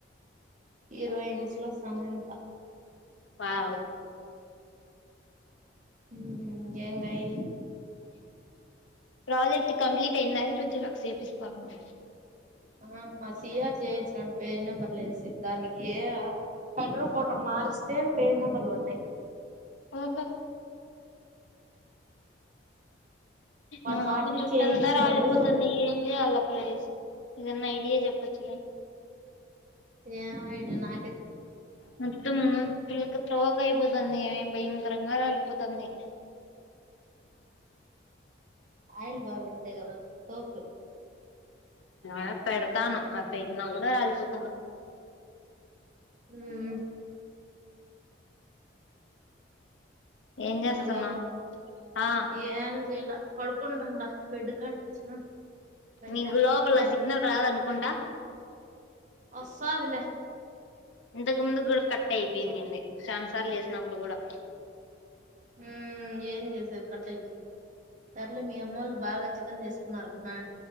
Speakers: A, on the right; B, on the left.
A: హీరోయిన్స్లో సమాంత
B: వావ్
A: హ ఏం గయి
B: ప్రాజెక్ట్ కంప్లీట్ అయింది ఈ రోజు జీరాక్స్ చూపిస్తా అన్నవ్
A: ఆ మా సిఆర్ చేయించినాడు పేజ్ నెంబర్లు వేసి దానికి హడ్ర పడర్ మారిస్తే పేజ్ నెంబర్లు ఉన్నాయి.
B: ఓహో
A: వాడు
B: నాకు
A: మార్చి
B: జుట్
A: చేయించినాడు
B: అంతా రాలిపోతుంది ఏం చేయాల ప్రైస్ ఏదన్న ఐడియా చెప్పచ్చుగా
A: ఏం ఐడియా నా
B: మొత్తము పిల్క పోగ్ గయిపోతంది. భయం కరంగా రాలిపోతున్నాయ్
A: ఆయిల్ బా పెడతాయి కదా సోపులు
B: అ పెడతను ఆ పెేకి నా కూడా రాలిపోతాను
A: హ
B: ఏం చేస్తున్నావ్
A: హలో
B: ఆ
A: ఏం చేయలా పడుకుంటడా బెడ్ కాడుకొచ్చిన బయట
B: నీకు లోపల
A: ప
B: సిగ్నల్ రాదనుకుంటా
A: వస్తాదులే
B: ఇంతకు ముందు కూడా కట్ అయిపోయిందిండి ఆన్సర్లు చేసినప్పుడు కూడా
A: హ ఏన్ దస కట్ అయిపోతుంది తర్లే మీ అమ్మళ్ళు బాగా చికెన్ చేసుకున్నారుమా